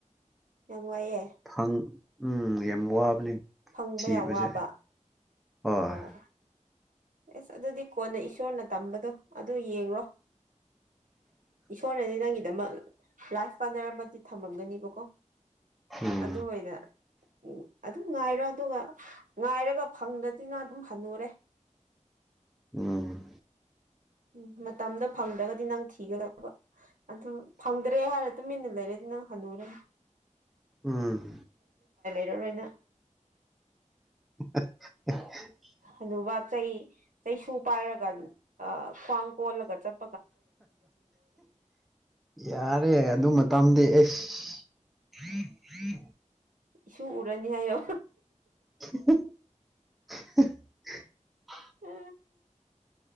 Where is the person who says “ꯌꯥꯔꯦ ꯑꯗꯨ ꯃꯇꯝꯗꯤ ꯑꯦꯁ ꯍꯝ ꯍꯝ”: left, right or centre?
Centre